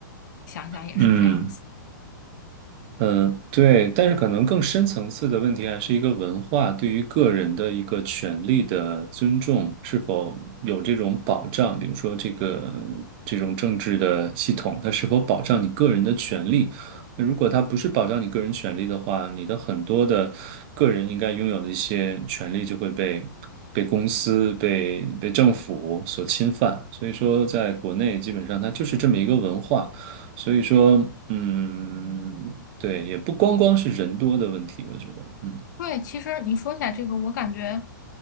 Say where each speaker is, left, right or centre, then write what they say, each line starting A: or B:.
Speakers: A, on the left; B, on the right.
A: 想想也是这样子。
B: 嗯，嗯，对，但是可能更深层次的问题还是一个文化对于个人的一个权利的尊重是否有这种保障，比如说这个这种政治的系统，它是否保障你个人的权利？那如果它不是保障你个人权利的话，你的很多的个人应该拥有的一些权利就会被被公司、被被政府所侵犯。所以说，在国内基本上它就是这么一个文化。所以说，嗯，对，也不光光是人多的问题，我觉得，嗯，
A: 对，其实你说起来这个，我感觉